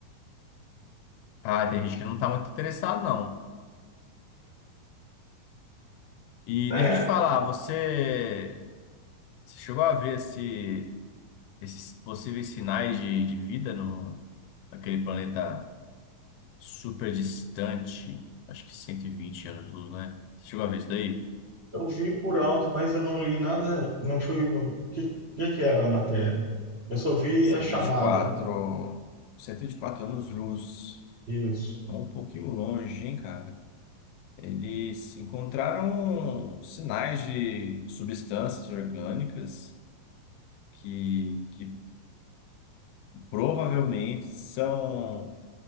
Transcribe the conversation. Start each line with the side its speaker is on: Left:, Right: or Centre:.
Left: Ah, tem gente que não está muito interessado, não. E
Right: É,
Left: deixa eu te falar, você, você chegou a ver esse, esses possíveis sinais de, de vida no, naquele planeta super distante, acho que 120 anos-luz, né? Você chegou a ver isso daí?
Right: eu vi por alto, mas eu não li nada, não fui. O que, que que era a matéria? Eu só vi
Left: cento
Right: a chamada.
Left: cento e vinte e quatro, cento e vinte vinte quatro e quatro anos-luz.
Right: Isso.
Left: É um pouquinho longe, hein, cara? Eles encontraram sinais de substâncias orgânicas que, que provavelmente são,